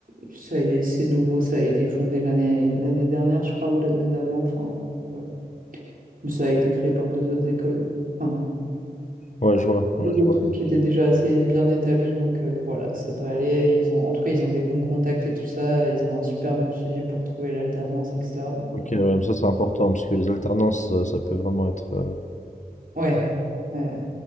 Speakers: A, on the right; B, on the left.
A: ça, a- c'est nouveau, ça a été fondé l'année l'année dernière, je crois, ou l'année d'avant. Enfin, voilà. Mais ça a été créé par deux autres écoles. Enfin,
B: Ouais, je vois,
A: deux
B: ouais, je
A: autres
B: vois.
A: trucs qui étaient déjà assez bien établis. Donc euh, voilà, ça devrait aller. Ils ont, en tout cas, ils ont des bons contacts et tout ça. Ils ont un super bon suivi pour trouver l'alternance, etc. Donc
B: Ok,
A: ouais.
B: ouais, ça c'est important, parce que les alternances, euh, ça peut vraiment être... euh,
A: Ouais. Ouais.